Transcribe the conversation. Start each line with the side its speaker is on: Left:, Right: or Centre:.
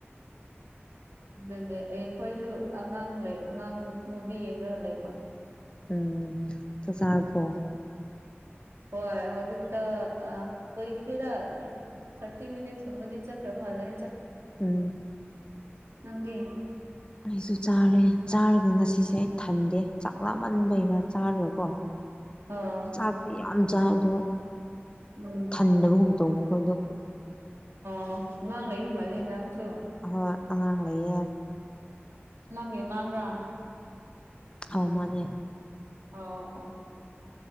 Right: ꯑꯗꯨꯅꯦ ꯑꯩꯈꯣꯏꯁꯨ ꯑꯉꯥꯡ ꯂꯩ ꯑꯉꯥꯡ ꯃꯨꯚ ꯌꯦꯡꯉꯒ ꯂꯩꯕ
Left: ꯎꯝ ꯆ ꯆꯔꯄꯣ
Right: ꯍꯣꯏ ꯍꯧꯖꯤꯛꯇ ꯀꯣꯏꯏꯈ꯭ꯔꯤꯗ ꯊꯥꯔꯇꯤ ꯃꯤꯅꯤꯠꯁꯀꯨꯝꯕꯅꯤ ꯆꯠꯈ꯭ꯔꯕꯂ
Left: ꯎꯝ
Right: ꯅꯪꯗꯤꯦ
Left: ꯑꯩꯁꯨ ꯆꯥꯔꯦ ꯆꯥꯔꯒ ꯉꯁꯤꯁꯦ ꯑꯩ ꯊꯟꯗꯦ ꯆꯥꯛꯂꯃ ꯟꯕꯩꯔꯥ ꯆꯥꯔꯒꯀꯣ
Right: ꯑꯣ
Left: ꯆꯥꯛꯇꯤ ꯌꯥꯝ ꯆꯥꯏ ꯑꯗꯣ
Right: ꯎꯝ
Left: ꯈꯟꯗꯕꯒꯨꯝ ꯇꯧꯕ ꯑꯩꯈꯣꯏꯗꯣ
Right: ꯑꯣ ꯑꯉꯥꯡ ꯂꯩꯕ ꯃꯥꯜꯂ ꯅꯪꯁꯨ
Left: ꯍꯣꯏ ꯑꯉꯥꯡ ꯂꯩꯌꯦ
Right: ꯅꯪꯒꯤ ꯑꯉꯥꯡꯔ
Left: ꯑꯥꯎ ꯃꯥꯅꯦ
Right: ꯑꯣ ꯑꯣ